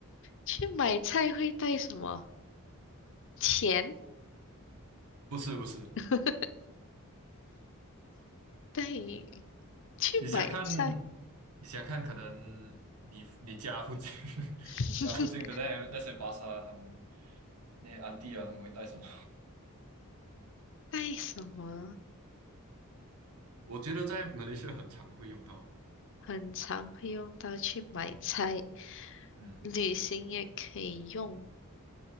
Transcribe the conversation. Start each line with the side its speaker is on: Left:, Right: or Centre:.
Left: 去买菜会带什么？钱？
Right: 不是不是，
Left: <laughs> 带你去买菜，
Right: 你想看，你想看，可能你你家附近 <laughs>
Left: <laughs>
Right: 家附近的那些那些巴萨，他们那些安迪啊，他们会带什么？
Left: 带什么？
Right: <laughs> 我觉得在马来西亚很常会用到，
Left: 很常会用到去买菜，
Right: 嗯，
Left: 旅行也可以用。